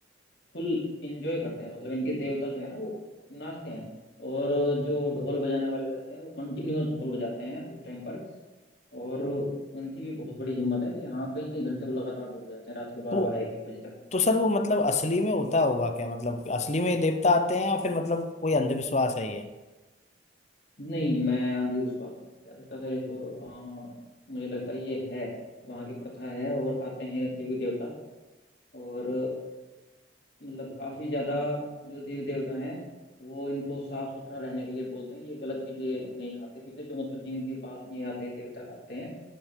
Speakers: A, on the left (about 55°); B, on the left (about 35°).
A: फुल इंजॉय करते हैं मतलब इनके देवता जो है ना वो नाचते हैं और जो ढोल बजाने वाले रहते हैं वो कंटिन्यूअस ढोल बजाते हैं उस टाइम पर और उनकी भी बहुत बड़ी हिम्मत है कि हाँ कई कई घंटे वो लगातार ढोल बजाते हैं रात के बारह
B: तो
A: बारह एक एक बजे तक
B: तो सर वो मतलब असली में होता होगा क्या मतलब असली में ये देवता आते हैं या फिर मतलब कोई अंधविश्वास है ये
A: नहीं मैं अंधविश्वास नहीं कह सकता सर इसको अ, मुझे लगता है ये है वहाँ की प्रथा है और आते हैं देवी देवता और मतलब काफी ज्यादा जो देवी देवता हैं वो इनको साफ सुथरा रहने के लिए बोलते हैं ये गलत चीजें नहीं खाते पीते जो मतलब जिनके पास ये आते हैं देवता आते हैं